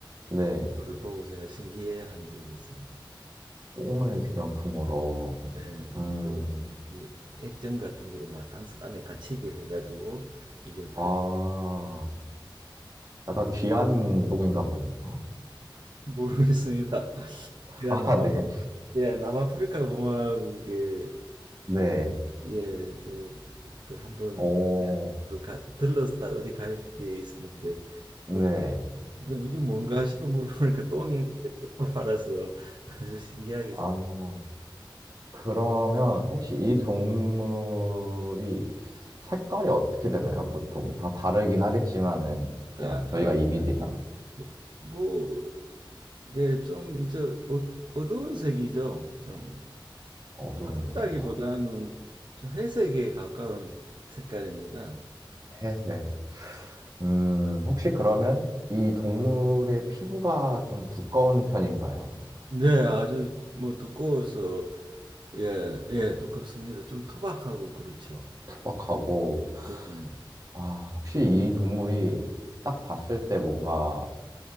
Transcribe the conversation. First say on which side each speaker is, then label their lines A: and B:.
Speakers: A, on the right; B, on the right.
A: 네.
B: 그걸 보고 제가 신기해한 적이 있습니다.
A: 똥을 기념품으로.
B: 네,
A: 음,
B: 뭐 이렇게 액정 같은 거로만 안, 안에 갇히게 해가지고 이걸 팔더라고요.
A: 아, 약간 귀한 똥인가 보네요.
B: 모르겠습니다. <laughs> 제가
A: <laughs> 아,
B: 남아
A: 네.
B: 예 남아프리카 공화국에
A: 네.
B: 예저그 한번
A: 오,
B: 그 가- 들렀다 어디 갈 때 있었는데
A: 네.
B: 그 그럼 이게 뭔가 싶어 물어보니까 똥이 똥을 팔아서 아주 신기하게
A: 아. 그러면 혹시 이 동물이 색깔이 어떻게 되나요? 보통 다 다르긴 하겠지만은
B: 생각할까?
A: 그냥 저희가 이미지상
B: 뭐, 뭐, 네, 좀 이제 어, 어두운 색이죠. 좀
A: 어두운
B: 붉다기보다는
A: 색이요.
B: 좀 회색에 가까운 색깔입니다.
A: 회색. 음, 혹시 그러면 이 동물의 피부가 좀 두꺼운 편인가요?
B: 네, 아주 뭐 두꺼워서 예, 예, 두껍습니다. 좀 투박하고 그렇죠.
A: 투박하고
B: 네.
A: 아, 혹시 이 동물이 딱 봤을 때 뭔가